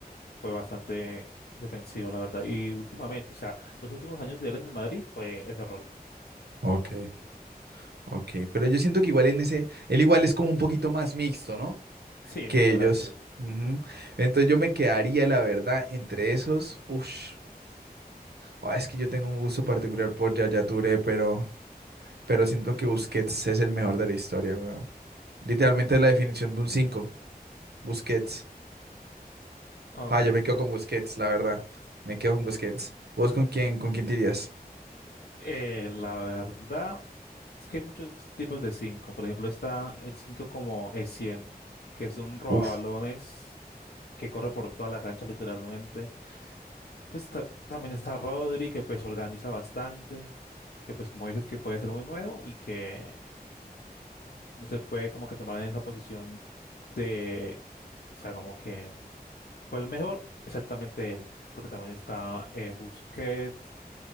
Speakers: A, on the left; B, on the right.
A: fue bastante defensivo, la verdad. Y últimamente, o sea, los últimos años de él en el Madrid fue ese rol.
B: Ok, Ok, pero yo siento que igual en ese, él igual es como un poquito más mixto, ¿no?
A: Sí,
B: que
A: se podría
B: ellos.
A: decir.
B: Ujú. Entonces yo me quedaría, la verdad, entre esos. Ush. Ah, es que yo tengo un gusto particular por Yaya Touré, pero, pero siento que Busquets es el mejor de la historia, weón. Literalmente es la definición de un 5 Busquets.
A: Ok.
B: Ah, yo me quedo con Busquets, la verdad. Me quedo con Busquets. ¿Vos con quién, con quién te irías?
A: Eh, la verdad es que hay muchos tipos de 5. Por ejemplo, está el 5 como E100, que es un robabalones
B: Uf.
A: que corre por toda la cancha literalmente. Pues ta- también está Rodri, que pues organiza bastante, que pues como dices que puede ser muy nuevo y que usted puede como que tomar en esa posición de, o sea, como que fue el mejor, exactamente él, porque también está eh, Busquets,